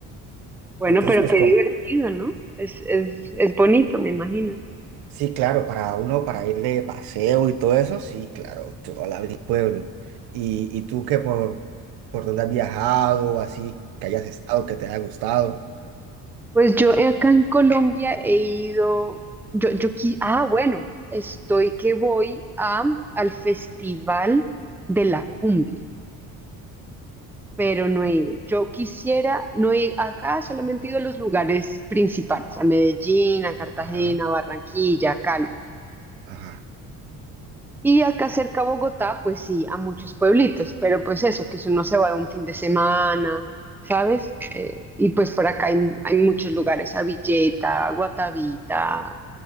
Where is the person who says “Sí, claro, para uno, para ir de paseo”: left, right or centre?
Right